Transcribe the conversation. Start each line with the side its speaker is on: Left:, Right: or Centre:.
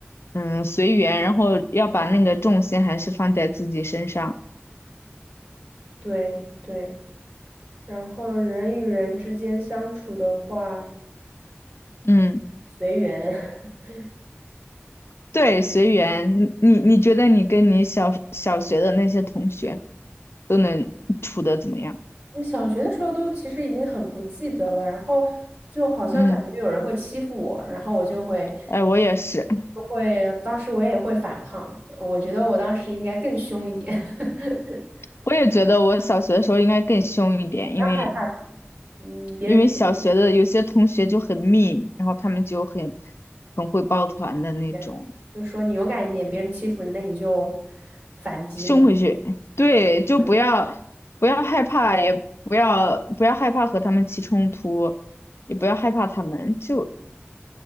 Left: 嗯随缘，然后要把那个重心还是放在自己身上。
Right: 对对。然后人与人之间相处的话，
Left: 嗯，
Right: 随缘。<laughs>
Left: 对，随缘。你你你觉得你跟你小小学的那些同学都能处得怎么样？
Right: 那小学的时候都其实已经很不记得了，然后就好像感觉有人会欺负我，
Left: 嗯，
Right: 然后我就会
Left: 哎，我也是，
Right: 就会，当时我也会反抗，我觉得我当时应该更凶一点。<laughs>
Left: 我也觉得我小学的时候应该更凶一点，
Right: 不要害怕他们，
Left: 因为
Right: 嗯，别人欺负
Left: 因为小学的有些同学就很密，然后他们就很很会抱团的那种，
Right: 没有就说你勇敢一点，别人欺负你，那你就反击嘛，
Left: 凶回去。<laughs> 对，就不要不要害怕，
Right: 会
Left: 也不要不要害怕和他们起冲突，也不要害怕他们，就